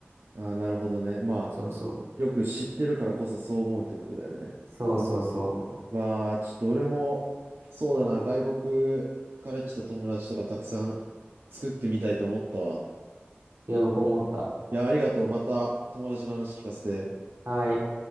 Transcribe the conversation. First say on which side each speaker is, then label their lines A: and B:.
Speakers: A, on the right; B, on the right.
A: ああ、なるほどね。まあ、
B: そうそう。
A: よく知ってるからこそそう思うってことだよね。
B: そうそうそ
A: まあ、ちょっと俺も、そうだな、外国から来た友達とかたくさん作ってみたいと思ったわ。
B: う。いや、僕も思った。
A: いや、ありがとう。また友達の話聞かせて。
B: はい。